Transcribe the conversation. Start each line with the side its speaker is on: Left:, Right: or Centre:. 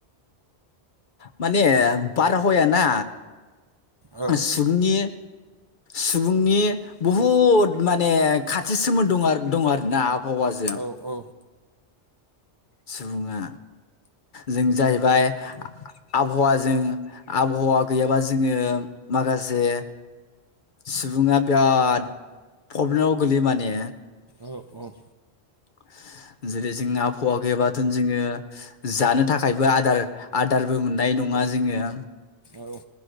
Left: माने बारहाया ना
Right: औ
Left: सुबुंनि सुबुंनि बुहुद माने खाथि सोमोन्द दं आरो दं आरो ना। आफ हावाजों।
Right: औ औ
Left: सुबुङा जों जाहैबाय आबहावाजों आबहावा गैयाबा जोङो माखासे सुबुङा बिराद प्रब्लेमाव गोलैयो माने।
Right: औ औ।
Left: <unintelligible> जेरै जों आबहावा गैयाबाथ' जोङो जानो थाखायबो आदार आदारबो मोननाय न ङा जोङो।
Right: औ।